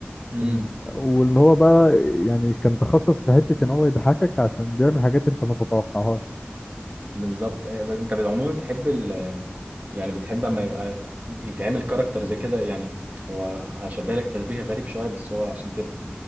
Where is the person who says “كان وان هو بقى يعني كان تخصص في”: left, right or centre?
Left